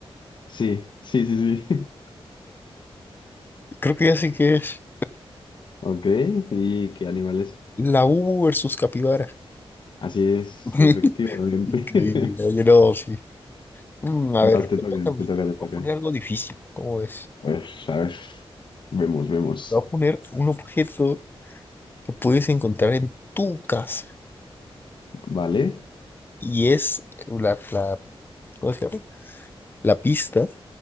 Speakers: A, on the left; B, on the left.
A: Sí, sí, sí, sí.
B: Creo que ya sé qué es.
A: <laughs> Ok, ¿y qué animal es?
B: La U versus capibara.
A: Así es,
B: <laughs>
A: efectivamente.
B: Increíble.
A: <laughs>
B: Oye, no, sí. Mm, a
A: Vas,
B: ver,
A: te
B: me
A: toca,
B: toca a mí.
A: te toca, te toca.
B: Voy a poner algo difícil. ¿Cómo ves?
A: A ver, a ver. Vemos, vemos.
B: Voy a poner un objeto que puedes encontrar en tu casa.
A: Vale.
B: Y es la, la, ¿cómo se llama? La pista